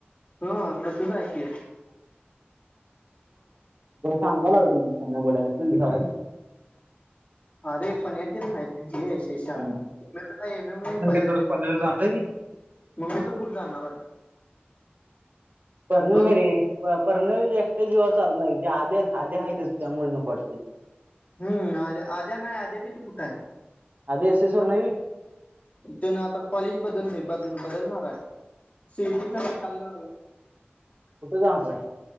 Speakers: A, on the left; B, on the right.
A: हं तसच यकय
B: बला सांगायला लाग सांग बड्या तू ह
A: अरे पन्याट नााय जेच ते
B: काय
A: एम एम नाहीहिज
B: दररोज कॉलेजला जाणार आहे ती?
A: मम्मी तर कुठे जाणार आहे
B: पर्णव
A: दोन
B: नाही
A: दिवस
B: रे पर्णव एकट्या जीवावर चालणार जे आध आधी ह त्या मुळनकटते
A: हम्म आद्या आद्या नाही आद्या तिथू कुठं आहे
B: अद एस ए सुवर्णवी
A: त्यान आता कॉलेज बदलते बदलणार आहे सीटीचा निकालणार
B: कुठ काणय